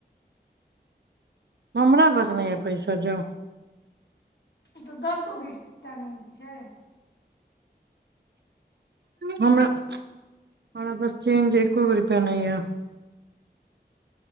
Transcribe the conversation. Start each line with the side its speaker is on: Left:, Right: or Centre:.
Right: हमरा बस नहि यै पैसा जो
Left: तऽ दसो बीस टा नहि छै
Right: हमरा हमरा पास चेंज एको गो रुपैआ नहि यै